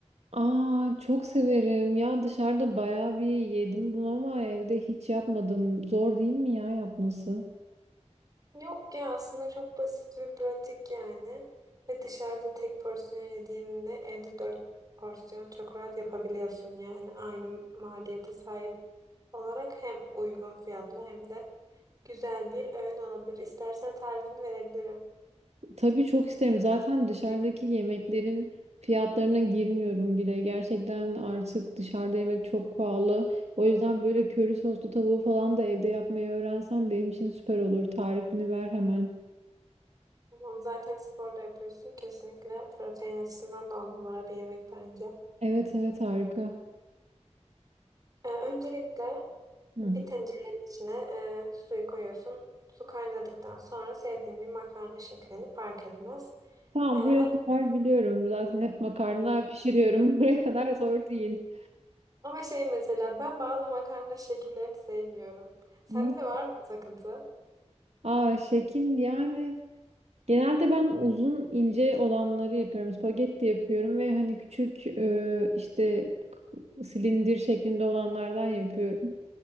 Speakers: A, on the right; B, on the right.
A: Aa çok severim. Ya dışarıda bayağı bir yedim bunu ama evde hiç yapmadım. Zor değil mi ya yapması?
B: Yok ya aslında çok basit ve pratik yani. Ve dışarıda tek porsiyon yediğinde evde dört porsiyon çok rahat yapabiliyorsun yani. Aynı maliyete sahip olarak hem uygun fiyatlı hem de güzel bir öğün olabilir. İstersen tarifini verebilirim.
A: Tabii çok isterim. Zaten dışarıdaki yemeklerin fiyatlarına girmiyorum bile. Gerçekten artık dışarıda yemek çok pahalı. O yüzden böyle köri soslu tavuğu falan da evde yapmayı öğrensem benim için süper olur. Tarifini ver hemen.
B: Tamam, zaten spor da yapıyorsun. Kesinlikle protein açısından da on numara bir yemek bence.
A: Evet evet harika.
B: Ee, öncelikle
A: Hı.
B: Bir tencerenin içine e, suyu koyuyorsun. Su kaynadıktan sonra sevdiğin bir makarna şeklini fark etmez.
A: Tamam
B: E, at-
A: buraya kadar biliyorum. Zaten hep makarna pişiriyorum. <laughs> Buraya kadar zor değil.
B: ama şey mesela ben bazı makarna şekillerini sevmiyorum. Sende
A: Hı.
B: de var mı bu takıntı?
A: Aa şekil yani genelde ben uzun ince olanları yapıyorum. Spagetti yapıyorum ve hani küçük e, işte silindir şeklinde olanlardan yapıyorum.